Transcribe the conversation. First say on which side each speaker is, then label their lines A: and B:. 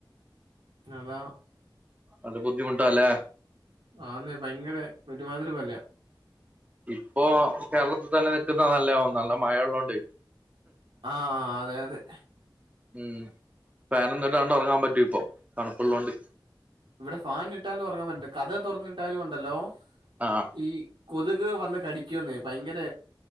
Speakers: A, on the right; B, on the right.
A: അതാ
B: അത് ബുദ്ധിമുട്ടാലെ
A: ആന്നേ ഭയങ്കര ഒരുമാതിരി പോല
B: ഇപ്പൊ കേരളത്തിൽ തന്നെ നിക്കുന്ന നല്ലെ നല്ല മഴയള്ളതോണ്ട്
A: ആഹ് അതെ അതെ
B: ഉം ഫാനൊന്നും ഇടാതെ ഉറങ്ങാൻ പറ്റും ഇപ്പൊ തണുപ്പുള്ളതുകൊണ്ട്
A: ഇവിടെ ഫാൻ ഇട്ടാലും ഉറങ്ങാൻ പറ്റില്ല കതക് തുറന്നിട്ടാലും ഉണ്ടല്ലോ
B: ആഹ്
A: ഈ കൊതുക് വന്ന് കടിക്കന്നേ ഭയങ്കര